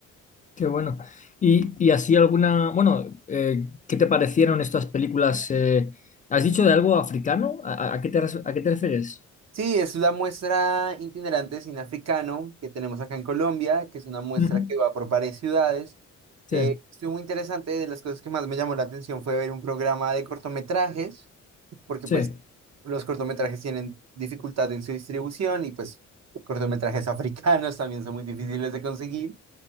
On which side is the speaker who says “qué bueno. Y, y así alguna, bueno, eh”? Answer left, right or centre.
Left